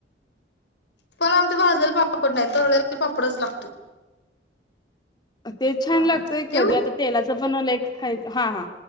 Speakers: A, on the left; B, on the left.
A: <inaudible>
B: पण आमच्यात भाजलेला पापड नाही तळलेले पापडच लागतोय.
A: तेच छान
B: चालतंय
A: लागतंय
B: ठेवू?
A: कधी आता तेलाचा पण लय का खायचा हा हा.